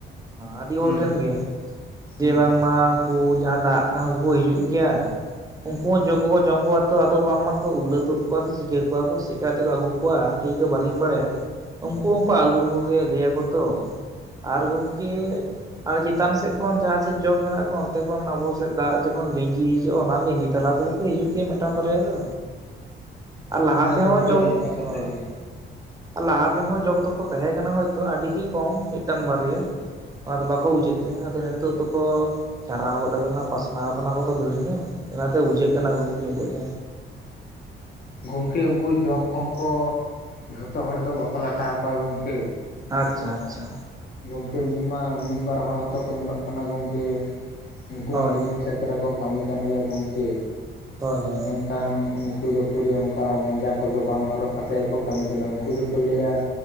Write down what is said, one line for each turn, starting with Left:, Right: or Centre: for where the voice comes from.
Right: ᱟᱹᱰᱤ
Left: ᱦᱩᱸ
Right: ᱦᱚᱲ ᱴᱷᱮᱱ ᱜᱮ᱾
Left: ᱦᱩᱸ
Right: ᱡᱮ ᱵᱟᱝᱢᱟ ᱩᱱᱠᱩ ᱡᱟᱦᱟᱸ ᱫᱟᱜ ᱠᱟᱹᱦᱩ ᱠᱚ ᱦᱤᱡᱩᱜ ᱜᱮᱭᱟ᱾ ᱩᱱᱠᱩ ᱦᱚᱸ ᱡᱚᱸᱠ ᱠᱚᱠᱚ ᱡᱚᱢ ᱠᱚᱣᱟ ᱛᱚ ᱟᱫᱚ ᱵᱟᱝᱢᱟᱠᱚ ᱩᱞᱟᱹ ᱛᱩᱫ ᱠᱚᱣᱟ ᱥᱮ ᱪᱤᱠᱟᱹ ᱠᱚᱣᱟ ᱠᱚ ᱥᱮ ᱪᱮᱫᱠᱟ ᱠᱟᱛᱮᱠᱚ ᱟᱹᱜᱩ ᱠᱚᱣᱟ ᱴᱷᱤᱠ ᱫᱚ ᱵᱟᱹᱞᱤᱧ ᱵᱟᱲᱟᱭᱟ᱾ ᱩᱱᱠᱩ ᱦᱚᱸᱠᱚ ᱟᱹᱜᱩ ᱠᱚᱜᱮᱭᱟ ᱞᱟᱹᱭᱟᱠᱚ ᱛᱚ ᱟᱨ ᱜᱚᱝᱠᱮ ᱦᱟᱱᱮ ᱪᱮᱛᱟᱱ ᱥᱮᱫ ᱠᱷᱚᱱ ᱡᱟᱦᱟᱸ ᱥᱮᱫ ᱡᱚᱸᱠ ᱢᱮᱱᱟᱜ ᱠᱚ ᱚᱱᱛᱮ ᱠᱷᱚᱱ ᱟᱵᱚ ᱥᱮᱫ ᱫᱟᱜ ᱡᱚᱠᱷᱚᱱ ᱞᱤᱸᱜᱤ ᱦᱤᱡᱩᱜᱼᱟ ᱚᱱᱟ ᱞᱤᱸᱜᱤ ᱛᱟᱞᱟ ᱛᱮ ᱦᱚ ᱦᱤᱡᱩᱜ ᱜᱮᱭᱟ ᱢᱤᱫᱴᱟᱝ ᱵᱟᱨᱭᱟ ᱫᱚ᱾ ᱟᱨ ᱞᱟᱦᱟ
Left: ᱦᱮᱸ
Right: ᱛᱮᱦᱚᱸ
Left: ᱜᱚᱢᱠᱮ
Right: ᱡᱚᱸᱠ
Left: ᱚᱱᱠᱟ
Right: ᱦᱳᱭ᱾
Left: ᱠᱟᱛᱮᱫ ᱜᱮ
Right: ᱟᱨ ᱞᱟᱦᱟ ᱛᱮᱦᱚᱸ ᱡᱚᱜ ᱫᱚᱠᱚ ᱛᱟᱦᱮᱸ ᱠᱟᱱᱟ ᱦᱚᱭᱛᱚ ᱟᱹᱰᱤ ᱜᱮ ᱠᱚᱢ ᱢᱤᱫᱴᱟᱱ ᱵᱟᱨᱭᱟ᱾ ᱚᱱᱟᱫᱚ ᱵᱟᱠᱚ ᱵᱩᱡᱷᱟᱹᱜ ᱛᱮ᱾ ᱟᱫᱚ ᱱᱤᱛᱚᱜ ᱫᱚᱠᱚ ᱪᱟᱨᱦᱟᱣ ᱜᱚᱫ ᱠᱟᱱᱟ ᱯᱟᱥᱱᱟᱣ ᱠᱟᱱᱟ ᱠᱚ ᱛᱚ ᱫᱷᱟᱹᱨ ᱧᱚᱜ, ᱚᱱᱟᱛᱮ ᱵᱩᱡᱷᱟᱹᱜ ᱠᱟᱱᱟ ᱜᱚᱝᱠᱮ ᱦᱤᱛᱚᱜ ᱫᱚ᱾
Left: ᱜᱚᱝᱠᱮ ᱩᱱᱠᱩ ᱡᱚᱸᱠ ᱠᱚᱦᱚᱸ ᱠᱚ ᱡᱷᱚᱛᱚ ᱦᱚᱲ ᱫᱚ ᱵᱟᱠᱚ ᱞᱟᱴᱷᱟ ᱟᱠᱚᱣᱟ ᱜᱚᱝᱠᱮ᱾
Right: ᱟᱪᱪᱷᱟ ᱟᱪᱪᱷᱟ᱾
Left: ᱜᱚᱝᱠᱮ ᱢᱤᱫ ᱢᱟ ᱢᱤᱫ ᱵᱟᱨ ᱦᱚᱲ ᱦᱚᱸᱛᱚ ᱠᱚ ᱧᱮᱞᱚᱜ ᱠᱟᱱᱟ ᱜᱚᱝᱠᱮ ᱩᱱᱠᱩ
Right: ᱦᱳᱭ
Left: ᱦᱚᱸ ᱵᱟᱹᱫᱽ ᱠᱷᱮᱛ ᱨᱮᱠᱚ ᱠᱟᱹᱢᱤ ᱠᱟᱱ ᱜᱮᱭᱟ ᱜᱚᱝᱠᱮ᱾
Right: ᱦᱳᱭ ᱦᱮᱸ᱾
Left: ᱠᱷᱟᱱ ᱩᱱᱠᱩ ᱫᱚ ᱯᱩᱨᱟᱹ ᱚᱱᱠᱟ ᱢᱚᱡᱟ ᱠᱚᱫᱚ ᱵᱟᱝ ᱦᱚᱨᱚᱜ ᱠᱟᱛᱮᱜ ᱜᱮᱠᱚ ᱠᱟᱹᱢᱤ ᱠᱟᱱᱟ᱾ ᱩᱱᱠᱩ ᱫᱚᱠᱚ ᱞᱟᱹᱭᱟ